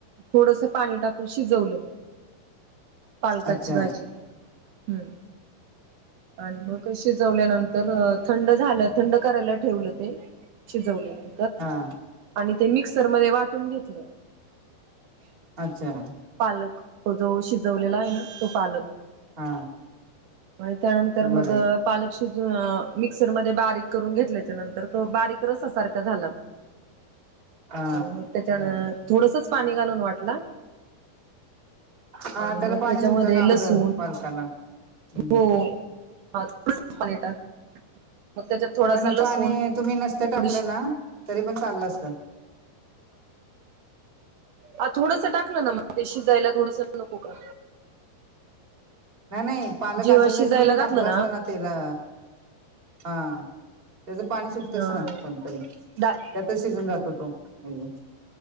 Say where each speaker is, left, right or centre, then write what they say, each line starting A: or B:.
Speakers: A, on the right (about 70°); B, on the right (about 20°).
A: थोडस पाणी टाकून शिजवलं. पालकाची
B: अच्छा
A: भाजी हम्म. आणि मग कशी शिजवल्या नंतर. न थंड झालं थंड करायला ठेवलं ते शिजवले.
B: हा
A: आणि ते मिक्सर मध्ये वाटून घेतलं.
B: अच्छा
A: पालक तो जो शिजवलेला आहे ना तो पालक.
B: हा
A: आणि त्यानंतर
B: बरं
A: मग पालक शिजून मिक्सरमध्ये. बारीक करून घेतल्याच्या नंतर तो बारीक रसा सारखा झाला.
B: हा
A: आणि मग त्याच्यानं थोडसच पाणी घालून वाटला.
B: हा
A: आणि
B: त्याला
A: मग
B: पाणी
A: त्याच्यामध्ये
B: सुटतं ना अगोदर
A: लसूण
B: पालकाला हम्म
A: हो <unintelligible> मग त्याच्यात थोडासा
B: पण
A: लसूण
B: पाणी तुम्ही नसत
A: थोडीशी
B: टाकलं ना तरी पण चाललं असत.
A: हा थोडस टाकलं ना मग. मा ते शीजायला थोडंसं नको का.
B: नाही नाही पालक
A: जेव्हा
B: असा
A: शिजायला
B: जरी तुम्ही
A: घातलं
B: टाकला असता ना त्याला. हा त्याच पाणी सुटतच
A: अ
B: ना कोणतरी
A: डाळ
B: त्यातच शिजून जातो तो एक